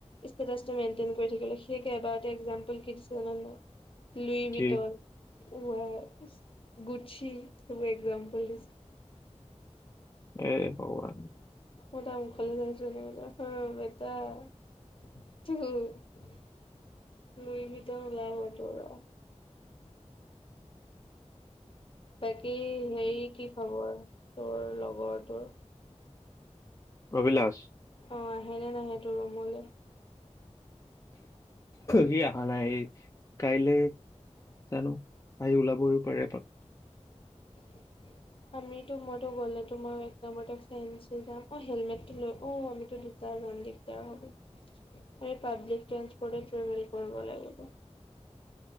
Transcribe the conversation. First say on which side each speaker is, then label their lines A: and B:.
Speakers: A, on the left (about 50°); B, on the left (about 30°).
A: ষ্টেটাছটো মেনটেন কৰি থাকিবলে এক্জাম্পল কি দিছে জান, লুই
B: ঠিক
A: ভিতৰত উ আই, গুচ্ছি একজাম্পল দিছে
B: এ ভগৱান
A: <unintelligible> লুই ভিতৰ ওলাৱ তোৰ ৰ বাকী হেৰি কি খবৰ তোৰ লগৰ তোৰ
B: অভিলাষ
A: অঁ আহেনে নাহে তোৰ ৰুমলৈ।
B: সি অহা নাই কাইলে। জানো আহি ওলাবহি পাৰে এপাক।
A: <unintelligible> আমিতো মইতো গ'লেতো মই এক নম্বৰতে ফে যাম অঁ হেলমেটলৈ অঁ আমিতো দুটা যাম। দিগদাৰ হ'ব। আমি পাব্লিক ট্ৰাছপ্ৰোট ৰ্টেভেল কৰিব লাগিব।